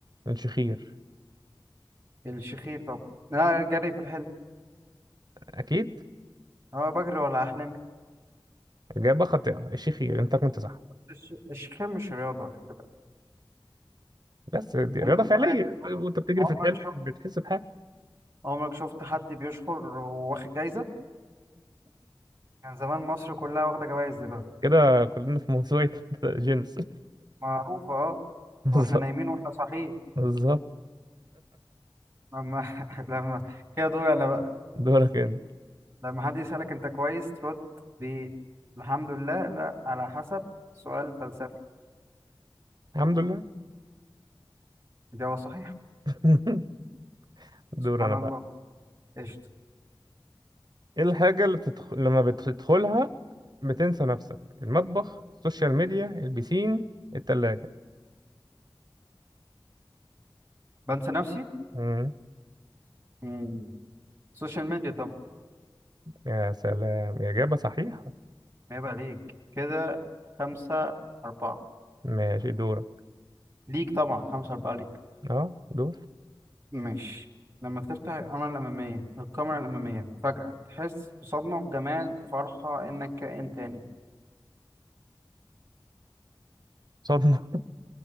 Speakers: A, on the right; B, on the right.
A: الشخير
B: الشخير طبعا لا جري في الحلم
A: أكيد
B: اه بجري ولا أحلم
A: إجابة خاطئة الشيخي أنت كنت صح
B: الش- الشيخين مش رياضة خلي بالك
A: بس دي
B: عمرك
A: رياضة فعلية
B: واحد
A: طيب وأنت بتجري
B: عمرك
A: في الحلم
B: شفت
A: مش بتحس بحاجة
B: عمرك شفت حد بيشخر وواخد جايزة كان زمان مصر كلها واخدة جوايز دلوقتي
A: كده كلنا في موسوعة <laughs> جينيس
B: معروفة اه
A: بالظبط
B: واحنا نايمين واحنا صاحيين
A: بالظبط
B: لما <laughs> لما كده دول انا بقى
A: دورك أنت
B: لما حد يسألك انت كويس ترد ب الحمد لله لا على حسب سؤال فلسفي
A: الحمد لله
B: إجابة صحيحة
A: <laughs>
B: سبحان
A: دور أنا بقى
B: الله قشطة
A: إيه الحاجة اللي بتدخل... لما بتدخلها بتنسى نفسك المطبخ السوشيال ميديا البسين التلاجة
B: بنسى نفسي
A: مم.
B: مم. سوشيال ميديا طبعا
A: يا سلام إجابة صحيحة
B: ما يبقى ليك كده خمسة أربعة
A: ماشي دورك
B: ليك طبعا خمسة أربعة ليك
A: أه دور
B: ماشي لما تفتح الكاميرا الأمامية الكاميرا الأمامية فجأة تحس بصدمة بجمال بفرحة إنك كائن تاني
A: صدمة